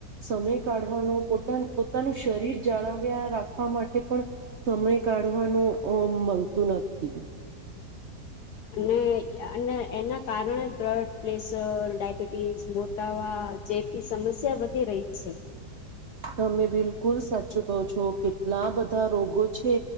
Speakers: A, on the right (about 50°); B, on the left (about 75°).
A: સમય કાઢવાનો પોતાના પોતાનું શરીર જાળવ્યા રાખવા માટે પણ સમય કાઢવાનું અ મળતું નથી
B: અને અને એના કારણે બ્રડ પ્રેશર ડાયબિટીસ મોટાવા જે બી સમસ્યા વધી રહી છે
A: તમે બિલકુલ સાચું કહો છો કેટલા બધા રોગો છે